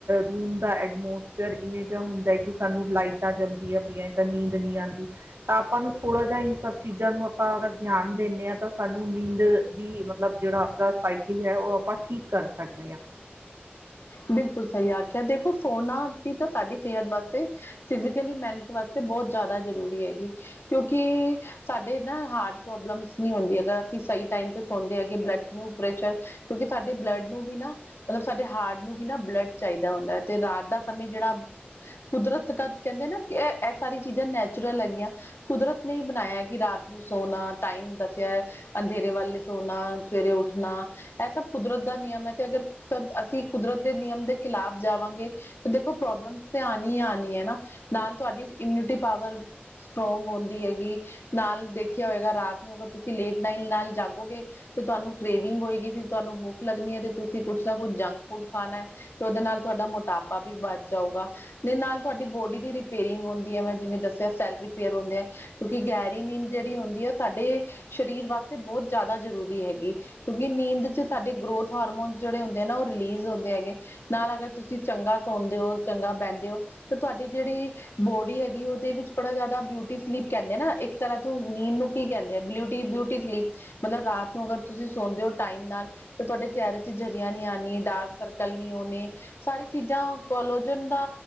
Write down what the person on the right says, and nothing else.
ਰੂਮ ਦਾ ਐਡਮੋਸ ਫਿਆਰ ਇਵੇਂ ਜਿਆ ਹੁੰਦਾ ਐ ਕਿ ਸਾਨੂੰ ਲਾਈਟਾਂ ਜਗਦੀਆਂ ਪਈਆਂ ਤਾਂ ਨੀਂਦ ਨਈ ਆਂਦੀ! ਤਾਂ ਆਪਾਂ ਨੂੰ ਥੋੜਾ ਜਾ ਇਨ ਸਭ ਚੀਜ਼ਾਂ ਨੂੰ, ਆਪਾਂ ਅਗਰ ਧਿਆਨ ਦੇਣੇ ਆਂ ਤਾਂ ਸਾਨੂੰ ਨੀਂਦ ਵੀ ਮਤਲਬ ਜੇੜਾ ਆਪਣਾ ਸਾਈਕਿਲ ਐ, ਓ ਆਪਾਂ ਠੀਕ ਕਰ ਸਕਦੇ ਆਂ।